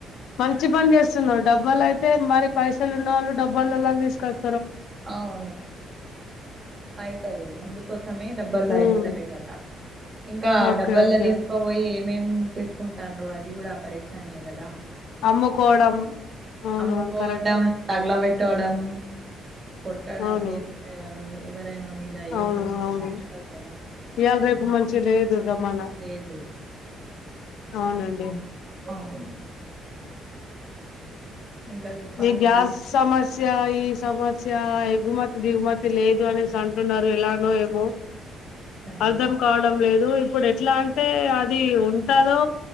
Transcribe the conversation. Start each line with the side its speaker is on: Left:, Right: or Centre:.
Left: మంచి పని చేస్తున్నావ్ డబ్బల అయితే మరి పైస లున్న వాళ్ళు డబ్బలలా తీసుకస్తారు
Right: అవును అయితది అందుకోసమే డబ్బలా
Left: ఉమ్
Right: ఇస్తలేదట ఇంకా
Left: ఓకే
Right: డబ్బల్లో
Left: ఓకే
Right: తీసుకోపోయి మేం చేసుకుంటారో అది కూడా పరేశానియ కదా
Left: అమ్ముకోవడం అవునవును
Right: అమ్ముకోవడం
Left: కరెక్టే
Right: తగల పెట్టడం కొట్టడం
Left: అవును
Right: వేస్తరూ ఎవరైనా మీద
Left: అవును
Right: ఏసడం
Left: అవును
Right: ఉంటది కదా
Left: ఇయాల రేపు మంచిగా లేదు మనం
Right: లేదు
Left: అవునండి
Right: అవును ఇంకా చెప్పాలండి
Left: ఈ గ్యాస్ సమస్య ఈ సమస్య ఎగుమతి దిగుమతి లేదు అనేసి అంటున్నారు ఎలానో ఏమో
Right: నండి
Left: అర్ధం కావడం లేదు ఇప్పుడు ఎట్లా అంటే అది ఉంటదో